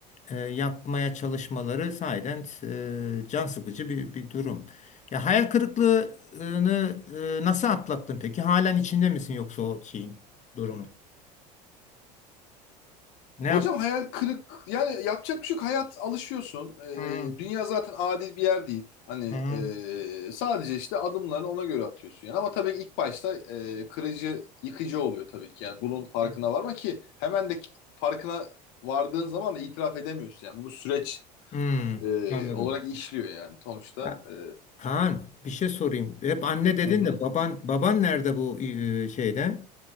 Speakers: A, on the left; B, on the left.
A: e, yapmaya çalışmaları sahiden e, can sıkıcı bir, bir durum. Ya hayal kırıklığını e, nasıl atlattın peki? Halen içinde misin yoksa o şeyin durumun? Ne yaptın?
B: Hocam hayal kırık yani yapacak bir şey yok. Hayat alışıyorsun. Ee,
A: Hı,
B: dünya zaten adil bir yer değil. Hani
A: hı,
B: e, sadece işte adımlarını ona göre atıyorsun yani. Ama tabii ilk başta e, kırıcı, yıkıcı oluyor tabii ki. Yani bunun farkına
A: hı.
B: varma ki hemen de farkına vardığın zaman da itiraf edemiyorsun yani. Bu süreç
A: Hmm,
B: e,
A: Anladım.
B: olarak işliyor yani sonuçta.
A: ya,
B: E,
A: Kaan bir şey sorayım. Hep anne dedin
B: hı hı.
A: de baban baban nerede bu e, şeyde?